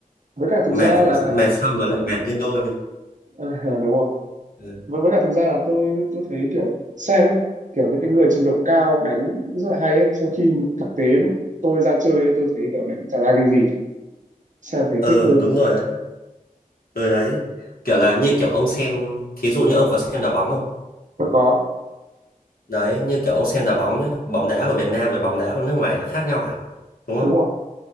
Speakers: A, on the right (about 55°); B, on the left (about 75°).
A: với cả thực
B: mệt
A: ra là
B: mệt xong rồi lại mệt nhân đôi
A: <laughs> ờ, đúng rồi
B: Đấy.
A: với với cả thực ra là tôi tôi thấy kiểu xem ấy kiểu những cái người trình độ cao đánh rất là hay ấy trong khi thực tế tôi ra chơi ấy, tôi thấy kiểu đánh chả ra cái gì xem thấy
B: ờ
A: thích hơn
B: đúng rồi ừ đấy kiểu là như kiểu ông xem thí dụ như ông có xem đá bóng không
A: mới có
B: đấy như kiểu ông xem đá bóng nhá bóng đá của Việt Nam với bóng đá của nước ngoài nó khác nhau hẳn đúng không
A: đúng rồi